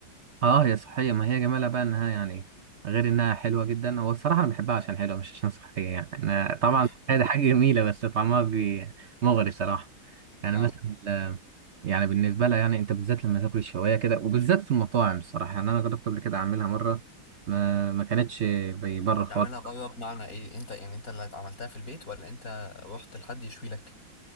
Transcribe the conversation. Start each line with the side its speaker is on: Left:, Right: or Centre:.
Right: اه هي صحية ما هي جمالها بقى انها يعني غير انها حلوة جدا هو الصراحة انا بحبها عشان حلوة مش عشان صحية يعني انا طبعا صحية
Left: <laughs>
Right: دي حاجة جميلة بس طعمها بي- مغري صراحة يعني
Left: اه
Right: مثلا ال- يعني بالنسبة لها يعني انت بالذات لما تاكل الشواية كده وبالذات في المطاعم الصراحة يعني انا جربت قبل كده اعملها مرة ما, ما كانتش زي بره خالص
Left: تعملها بره بمعنى ايه انت يعني انت اللي عملتها في البيت ولا انت رحت لحد يشوي لك